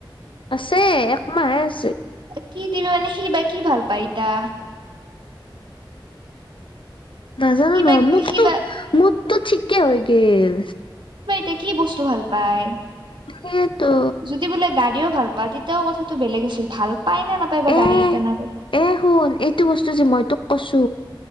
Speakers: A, on the left; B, on the right.
A: আছে একমাহে আছ
B: কি দিবি মানে সি বা কি ভাল পাই ইতা।
A: নাজানো
B: সি
A: নহয়
B: বা
A: মোতটো
B: সি বা
A: মোতটো ঠিকে হৈ গেল।
B: তে কি বস্তু ভাল পায়?
A: সেইটো।
B: যদি বোলে গাড়ীও ভাল পা তেতিয়াও কথাটো বেলেগ আছিল ভাল পায় নে নাপায় বা
A: এ
B: গাড়ী কেইটান আৰু
A: এ শুন এইটো বস্তু যে মই তোক কছো